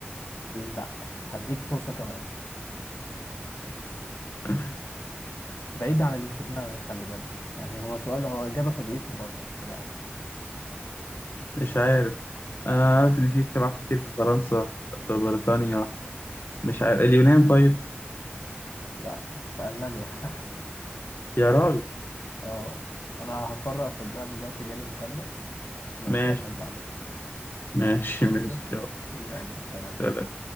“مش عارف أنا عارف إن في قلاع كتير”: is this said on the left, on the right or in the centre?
Left